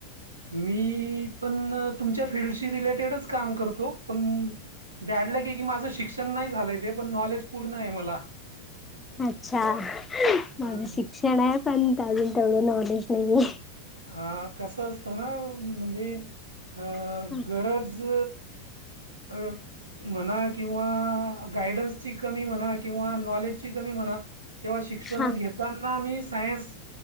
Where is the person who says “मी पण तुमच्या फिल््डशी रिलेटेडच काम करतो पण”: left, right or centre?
Right